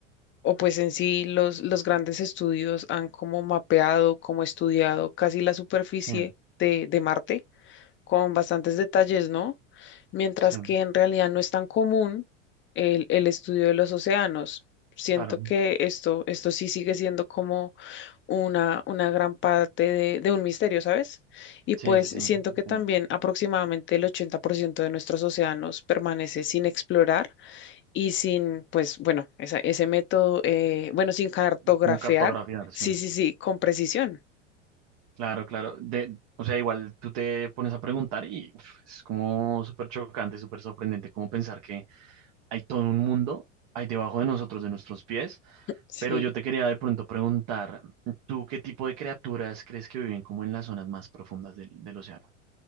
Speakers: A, on the left; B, on the right.
A: o pues en sí los, los grandes estudios han como mapeado, como estudiado casi la superficie
B: Sí,
A: de, de Marte con bastantes detalles, ¿no? Mientras
B: sí,
A: que en realidad no es tan común el, el estudio de los océanos. Siento
B: claro.
A: que esto, esto sí sigue siendo como una, una gran parte de, de un misterio, ¿sabes? Y
B: Sí,
A: pues
B: sí,
A: siento
B: sí. entiendo.
A: que también aproximadamente el 80% de nuestros océanos permanece sin explorar y sin, pues bueno, esa- ese método, eh, bueno, sin cartografiar,
B: Como cartografiar,
A: sí,
B: sí.
A: sí, sí, con precisión,
B: Claro, claro. De, o sea, igual tú te pones a preguntar y uf, es como súper chocante, súper sorprendente como pensar que hay todo un mundo ahí debajo de nosotros, de nuestros pies.
A: sí.
B: Pero yo te quería de pronto preguntar, ¿tú qué tipo de criaturas crees que viven como en las zonas más profundas del, del océano?